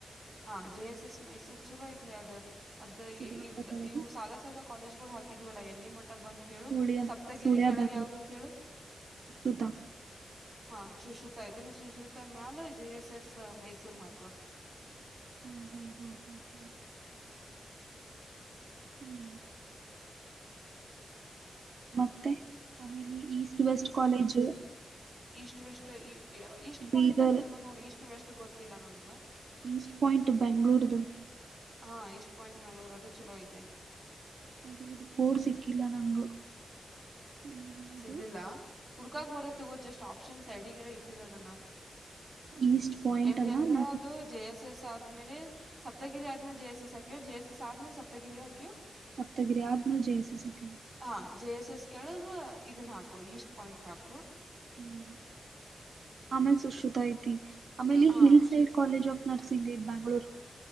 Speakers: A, on the right; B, on the right.
A: ಹಾ ಜೆ ಎಸ್ ಎಸ್ ಮೈಸೂರ್ ಚಲೋ ಐತ್ಲಿ ಅದು ಅದ
B: ಸಿದ್ಧಗಂಗಾ
A: ಈ
B: ತಾಳಗ
A: ಇವು ಸಾಾದಾ ಸಾಾದ ಕಾಲೇಜ್ಗಳು ಹಕಿದಿವವಲ್ಲ ಎಲ್ಲಿ ಬಂತತ್ ಹೇಳು
B: ಸುಳ್ಯ
A: ಸಪ್ತಗಿರಿ
B: ಸುಳ್ಯ
A: ಕೆಳಗೆ
B: ಬ್ಯಾಂಗ್ಳೂರ್
A: ಯಾವ್ದೈತ್ ಹೇಳು
B: ಸುಶ್ರುತಾ
A: ಹಾ ಶುಶ್ರುತ ಐ್ತೆನೆ ಸುಶ್ರುತ ಮ್ಯಾಲ ಜೆ ಎಸ್ ಎಸ್ ಮೈಸೂರ್ ಹಾಕು
B: ಹ್ಮ್ ಹ್ಮ್ ಹ್ಮ್ ಹ್ಮ್ ಹ್ಮ ಹ್ಮ್ ಮತ್ತೆ ಆಮೇಲೆ ಈಸ್ಟ್ ವೆಸ್ಟ್ ಕಾಲೇಜು
A: ಇಷ್ಟು ವೆಷ್ಟಟ್ ಇಷ್ಟ್ ಪಾಯಿಂಟ್
B: ಬೀದರ್
A: ಅಂತ ಇರ್ಬೇಕಕ್ ನೋಡಿ ಇಷ್ಟು ವೆಷ್ಟಟ್ ಗೊತ್ತಿಲ್ಲ ನನಗ
B: ಈಸ್ಟ್ ಪಾಯಿಂಟ್ ಬೆಂಗ್ಳೂರು ಇದು
A: ಹಾ ಇಷ್ಟು ಪಾಯಿಂಟ್ ಬೆಂಗ್ಳೂರ್ ಅದು ಚಲೋ ಐತೆ
B: ಅದ್ರದ ಬೋಡ್ ಸಿಕ್ಕಿಲ್ಲ ನಂಗು ಏನದು
A: ಸಿಗ್ಲಿಲ್ಲ ಹುಡ್ಕಾಕ್ ಬರದ ತಗೋ ಜಸ್ಟ್ ಆಪ್ಷನ್ಸ್ ಐಡಿಗೆಲ್ಲ ಇಟ್ಟಿರೋದನ್ನ
B: ಈಸ್ಟ್ ಪಾಯಿಂಟ್
A: ಎಲ್ಲಿ
B: ಅಲ್ಲ
A: ಅಂದ್ರ
B: ನಾನು
A: ಅದು ಜೆ ಎಸ್ ಎಸ್ ಆದ್ಮೇಲೆ ಸಪ್ತಗಿರಿ ಆದ್ಮಲೆ ಜ ಎಸ್ ಹಾಕು ಜೆಸ್ ಎಸ್ ಆದೇಲೆ ಸಪ್ತಗಿರಿ ಹಾಿು
B: ಹತಗಿರಿ ಯತ್ ನ ಜಯಸ ಸಕನೆ
A: ಹಾ ಜೆ ಎಸ್ ಎಸ್ ಕೆಳಗ ಇದನ್ ಹಾಕು ಈಸ್ಟ್ ಪಾಯಿಂಟ್ ಹಾಕು
B: ಹ್ಮ ಅಮೇಲ್ ಸುಶ್ರುತ ಐತಿ. ಆಮೇಲೆ
A: ಹಾ
B: ಹಿಲ್ ಸೈಡ್
A: ಶಶ್
B: ಕಾಲೇಜ್ ಆಫ್ ನರ್ಸಿಂಗ್ ಇದ್ ಬ್ಯಾಂಗ್ಳೂರು